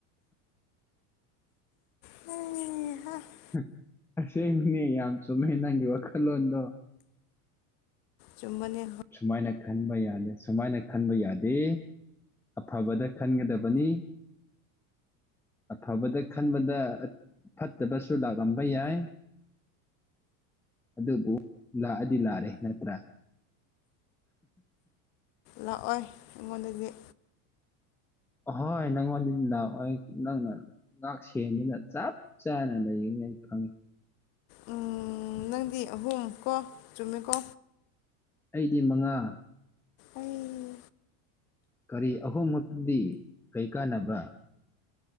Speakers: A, on the left (about 55°); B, in the centre.
A: ꯆꯨꯝꯕꯅꯦ
B: ꯍꯨꯡ ꯑꯁꯦꯡꯕꯅꯦ ꯌꯥꯝ ꯆꯨꯝꯃꯦ ꯅꯪꯒꯤ ꯋꯥꯈꯜꯂꯣꯟꯗꯣ
A: ꯆꯨꯝꯕꯅꯦ
B: ꯁꯨꯃꯥꯏꯅ ꯈꯟꯕ ꯌꯥꯗꯦ ꯁꯨꯃꯥꯏꯅ ꯈꯟꯕ ꯌꯥꯗꯦ ꯑꯐꯕꯗ ꯈꯟꯒꯗꯕꯅꯤ ꯑꯐꯕꯗ ꯈꯟꯕꯗ ꯑꯠ ꯐꯠꯇꯕꯁꯨ ꯂꯥꯛꯂꯝꯕ ꯌꯥꯏ ꯑꯗꯨꯕꯨ ꯂꯥꯛꯑꯗꯤ ꯂꯥꯛꯑꯦ ꯅꯠꯇ꯭ꯔꯥ
A: ꯂꯥꯛꯑꯣꯏ ꯑꯩꯉꯣꯟꯗꯗꯤ
B: ꯍꯣꯏ ꯅꯪꯉꯣꯟꯗꯗꯤ ꯂꯥꯛꯑꯣꯏ ꯅꯪꯅ ꯉꯥꯛ ꯁꯦꯟꯗꯨꯅ ꯆꯞ ꯆꯥꯅ ꯂꯩꯒꯅꯤ ꯑꯩ ꯈꯪꯉꯦ
A: ꯎꯝ ꯅꯪꯗꯤ ꯑꯍꯨꯝ ꯀꯣ ꯆꯨꯝꯃꯦꯀꯣ
B: ꯑꯩꯗꯤ ꯃꯉꯥ
A: ꯑꯩ
B: ꯀꯔꯤ ꯑꯍꯨꯝ ꯈꯛꯇꯗꯤ ꯀꯩ ꯀꯥꯟꯅꯕꯔꯥ